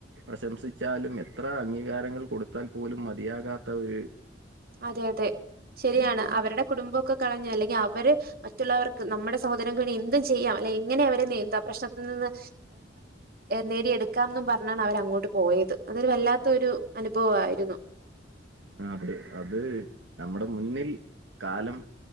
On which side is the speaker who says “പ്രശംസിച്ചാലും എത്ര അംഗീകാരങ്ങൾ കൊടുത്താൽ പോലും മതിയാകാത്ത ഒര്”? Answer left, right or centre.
Right